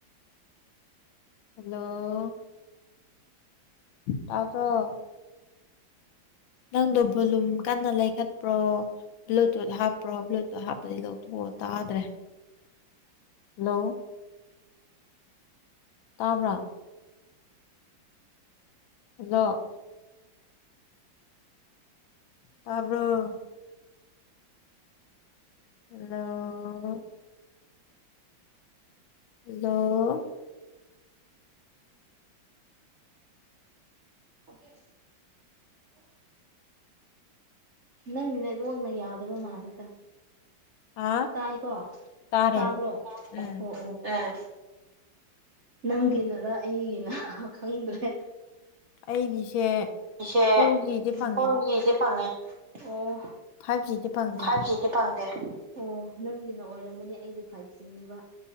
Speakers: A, on the left; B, on the right.
A: ꯍꯜꯂꯣ ꯇꯥꯕ꯭ꯔꯣ ꯅꯪꯗꯣ ꯕꯣꯂꯨꯝ ꯀꯟꯅ ꯂꯩꯈꯠꯄ꯭ꯔꯣ ꯕ꯭ꯂꯨꯇꯨꯠ ꯍꯥꯞꯄ꯭ꯔꯣ ꯕ꯭ꯂꯨꯇꯨꯠ ꯍꯥꯞꯄꯗꯤ ꯂꯧꯊꯣꯛꯑꯣ ꯇꯥꯗ꯭ꯔꯦ ꯍꯜꯂꯣ ꯇꯥꯕ꯭ꯔꯥ ꯍꯜꯂꯣ ꯇꯥꯕ꯭ꯔꯣ ꯍꯜꯂꯣ ꯍꯜꯂꯣ
B: <unintelligible> ꯅꯪꯒꯤ ꯅꯦꯠꯋꯥꯛꯅ ꯌꯥꯗꯕ ꯃꯥꯜꯂꯦ
A: ꯍꯥ
B: ꯇꯥꯏꯀꯣ
A: ꯇꯥꯔꯦ
B: ꯇꯥꯕ꯭ꯔꯣ
A: ꯎꯝ
B: ꯑꯣ ꯑꯣ ꯑꯦ ꯅꯪꯒꯤꯅꯔ ꯑꯩꯒꯤꯅ ꯈꯪꯗ꯭ꯔꯦ
A: ꯑꯩꯒꯤꯁꯦ
B: ꯏꯁꯦ
A: ꯐꯣꯔ ꯖꯤꯗꯤ ꯐꯪꯉꯦ
B: ꯐꯣꯔꯖꯤꯁꯦ ꯐꯪꯉꯦ ꯑꯣ
A: ꯐꯥꯏꯚ ꯖꯤꯗꯤ ꯐꯪꯗꯦ
B: ꯐꯥꯏꯚꯖꯤꯁꯦ ꯑꯣ ꯅꯪꯒꯤꯅ ꯑꯣꯏꯔꯝꯒꯅꯦ ꯑꯩꯗꯤ ꯐꯥꯏꯚ ꯁꯤꯅꯦꯕ